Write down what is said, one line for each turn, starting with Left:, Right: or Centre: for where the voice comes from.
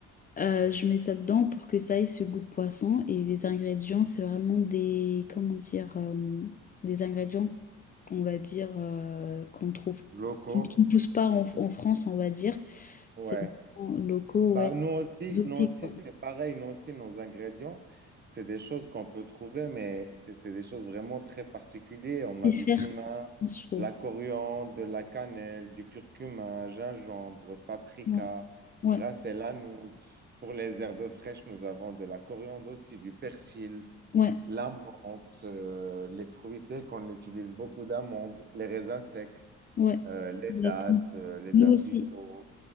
Left: Euh, je mets ça dedans pour que ça ait ce goût de poisson. Et les ingrédients, c'est vraiment des, comment dire, euh, des ingrédients, on va dire, euh, qu'on trouve,
Right: Locaux,
Left: qui qui ne poussent pas en, en France, on va dire.
Right: ouais.
Left: C'est vraiment locaux,
Right: Bah,
Left: ouais,
Right: nous aussi,
Left: exotiques,
Right: nous aussi
Left: quoi.
Right: c'est pareil. Nous aussi, nos ingrédients, c'est des choses qu'on peut trouver, mais c'est c'est des choses vraiment très particulières. On
Left: C'est
Right: a
Left: cher,
Right: du cumin,
Left: je trouve.
Right: la coriandre, de la cannelle, du curcuma, gingembre, paprika,
Left: Ouais, ouais,
Right: ras el hanout. Pour les herbes fraîches, nous avons de la coriandre aussi, du persil,
Left: ouais.
Right: la menthe, euh, les fruits secs, on utilise beaucoup d'amandes, les raisins secs,
Left: Ouais,
Right: euh, les
Left: exactement.
Right: dattes, euh, les
Left: Nous
Right: abricots.
Left: aussi,